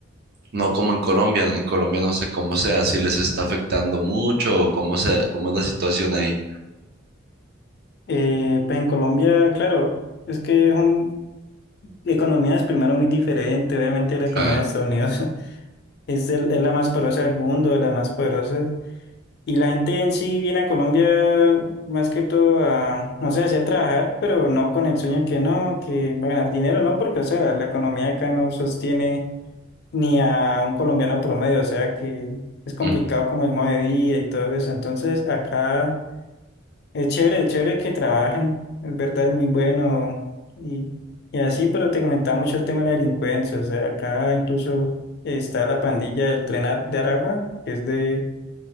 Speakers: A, on the right; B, on the left.
A: no como en Colombia. En Colombia no sé cómo sea, si les está afectando mucho o cómo sea, cómo es la situación ahí.
B: Eh, pues en Colombia, claro, es que es un Economías primero muy diferente, obviamente la economía
A: Claro.
B: de Estados Unidos <laughs> es, el- es la más poderosa del mundo, de las más poderosas. Y la gente en sí viene a Colombia más que todo a, no sé, así a trabajar, pero no con el sueño que no, que va a ganar dinero, no, porque, o sea, la economía acá no sostiene ni a un colombiano promedio, o sea que es complicado
A: Mm.
B: como el modo de vida y todo eso. Entonces, acá... Es chévere, es chévere que trabajen, es verdad, es muy bueno y, y así, pero te comentaba mucho el tema de la delincuencia, o sea, acá incluso está la pandilla del Tren Ar- de Aragua, que es de